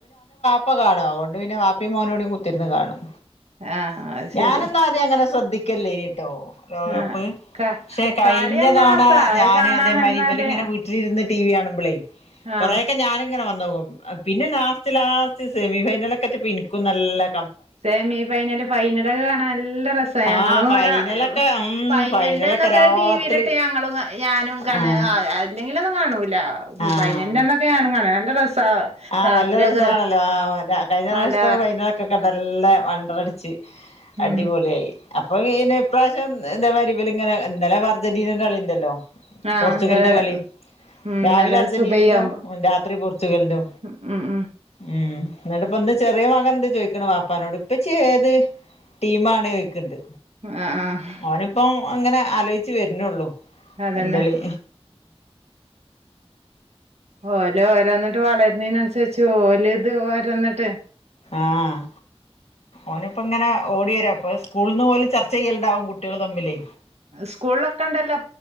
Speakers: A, on the left; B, on the right.
A: ഇപ്പ കാണും അുകൊണ്ട് പിന്നെ വാപ്പി മോനോടേം കുത്തിരുന്ന് കാണും.
B: ആഹ് അത് ശരി
A: ഞാനൊന്നും ആദ്യം അങ്ങനെ ശ്രദ്ധിക്കല്ലോ ഇനിട്ടോ ലോകകപ്പ്
B: ആഹ് ക
A: ക്ഷേ കഴിഞ്ഞതവണ
B: കളി നല്ല രസാ അത്
A: ഞാന്
B: കാണാൻ
A: അതേമാരി
B: നിന്നാല്
A: ഇവലിങ്ങനെ വീ ട്ടിലിരുന്ന് ടി വി കാണുമ്പളെ കൊറെക്കെ
B: ആഹ്
A: ഞാനിങ്ങനെ വന്നോക്കും പിന്നെ ലാസ്റ്റ് ലാസ്റ്റ് സെമി ഫൈനലെക്കെ എത്തിപ്പോ എനിക്കും നല്ലേ
B: സെമി ഫൈനല് ഫൈനലൊക്കെ കാണാൻ നല്ല രസാ ഞങ്ങളും
A: ആഹ്
B: ഇവടെ
A: ഫൈനലൊക്കെ ഉം
B: ഫൈനലിന്റെന്നക്കെ
A: ഫൈനലൊക്കെ രാത്രി
B: ടിവിലിട്ട് ഞങ്ങളും ഞാനും <unintelligible>
A: ആഹ്
B: ഇല്ലെങ്കിലൊന്നും കാണൂലാ
A: ആഹ്
B: ഫൈനലിന്റെന്നക്കെ ഞാനും കാണും നല്ല രസാ
A: ആഹ്
B: രാത്രിയൊക്കെ
A: നല്ല രസാണല്ലോ ആ ഓന്റെ കഴിഞ്ഞ
B: വല
A: പ്രാവശ്യത്തെ ഫൈനലൊക്കെകണ്ട നല്ല വണ്ടറടി ച്ച്
B: ഉം
A: അടിപൊളിയായി അ അപ്പൊ ഇനേ ഇപ്രാവശ്യം ഇതേ മാരി ഇവല് ഇങ്ങന ഇന്നലെ പ്പം അർജന്റീന ന്റെ കളിണ്ടല്ലോ
B: ആഹ്
A: പോർച്ചുഗലിന്റെ
B: ഇന്നലെ
A: കളി
B: ഉം
A: രാവിലെ
B: ഇന്നലെ
A: അർജന്റീനന്റോ
B: സുബഹിയാവുമ്പോ
A: രാത്രി പോർച്ചുഗലിന്റോ
B: ഉം ഉം
A: ഉം ഇന്നട്ട് ഇപ്പം ഇന്ന് ചെറിയ മകൻ ണ്ട് ചോയി ക്ണ് വാപ്പാനോട് ഇപ്പച്ചി ഏത് ടീമാണ് യിക്ക്ണ്ട്
B: ആഹ് ആഹ്
A: ഓന്പ്പം അങ്ങനെ ആലോയിച്ച് വരുന്നുള്ളൂ
B: അതന്നെ
A: പന്തളി
B: ഓല ഓരോന്നിട്ട് വളരുന്നീ നനുസരിച്ച് ഓല് ഇത് ഓര ന്നിട്ട്
A: ആഹ് ഓനി ഇപ്പ ഇങ്ങനെ ഓടി വരാ അപ്പൊ സ്കൂൾന്ന് ഓല് ചർച്ച ചെയ്യല്ണ്ടാവും കുട്ടിയേൾ തമ്മിലേ
B: സ്കൂൾ ഒക്കെ ണ്ടല്ലോ